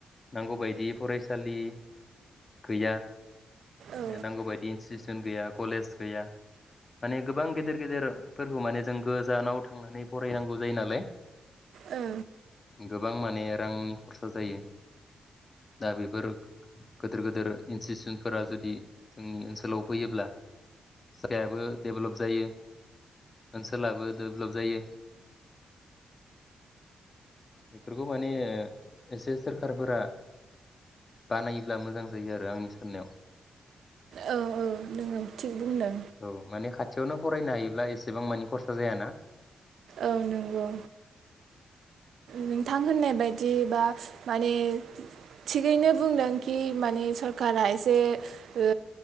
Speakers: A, on the left (about 45°); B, on the right (about 75°).
A: नांगौबायदि फरायसालि गैया
B: ओ
A: नांगौ बायदि इन्स्टिटिउसन गैया कलेज गैया माने गोबां गेदेर गेदेरफोरखौ माने जों गोजानाव थांनानै फरायनांगौ जायो नालाय।
B: ओ
A: गोबां माने रांनि खरसा जायो दा बेफोर गोदोर गोदोर इन्सटिटिउनफोरा जुदि जोंनि ओनसोलाव फैयोब्ला जायगायाबो डेभेलप जायो ओनसोलाबो डेभेलप जायो बेफोरखौ माने एसे सोरखारफोरा बानायोब्ला मोजां जायो आरो आंनि साननायाव।
B: औ औ नोंगौ। थिग बुंदों।
A: औ माने खाथियावनो फरायनो हायोब्ला एसेबां मानि खरसा जायाना।
B: औ नंगौ। नोंथां होननाय बायदि बा माने थिगैनो बुंदों कि माने सरकारा एसे ओ